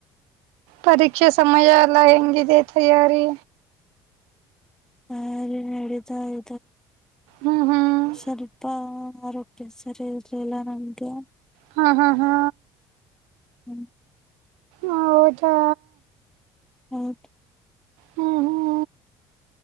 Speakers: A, on the right; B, in the centre.
A: ಪರೀಕ್ಷೆ ಸಮಯ ಎಲ್ಲ ಹೆಂಗಿದೆ ತಯಾರಿ.
B: ತಯಾರಿ ನಡೀತಾ ಇ
A: ಹ್ಮ್ ಹ್ಮ್
B: ಸ್ವಲ್ಪ ಆರೋಗ್ಯ ಸರಿ ಇರ್ಲಿಲ್ಲ ನಂಗೆ
A: ಹಾ ಹಾ ಹಾ
B: ಹ್ಮ.
A: ಹೌದಾ
B: ಹೌದು.
A: ಹ್ಮ ಹ್ಮ.